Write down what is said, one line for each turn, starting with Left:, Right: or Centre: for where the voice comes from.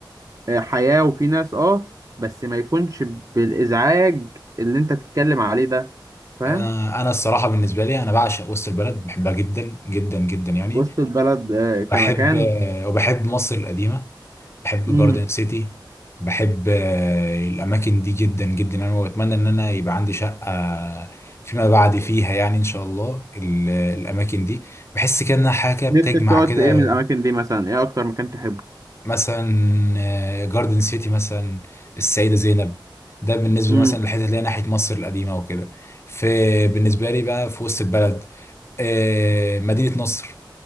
Right: آه، حياة وفيه ناس اه بس ما يكونش بالازعاج اللي انت تتكلم عليه ده فاهم
Left: آه، انا الصراحه بالنسبه لي انا بعشق وسط البلد بحبها جدا جدا جدا يعني
Right: وسط البلد آه، كمكان
Left: بحب آه، وبحب مصر القديمه بحب
Right: امم
Left: جاردن سيتي بحب آه، الاماكن دي جدا جدا يعني واتمنى ان انا يبقى عندي شقه فيما بعد فيها يعني ان شاء الله ال- الاماكن دي بحس كده انها حاجه
Right: نفسك
Left: بتجمع
Right: تقعد
Left: كده
Right: في ايه من الاماكن دي مثلا ايه اكتر مكان تحبه
Left: مثلا آه، جاردن سيتي مثلا السيده زينب ده بالنسبه
Right: امم
Left: مثلا للحته اللي هي ناحيه مصر القديمه وكده في بالنسبه لي بقى في وسط البلد آه، مدينة نصر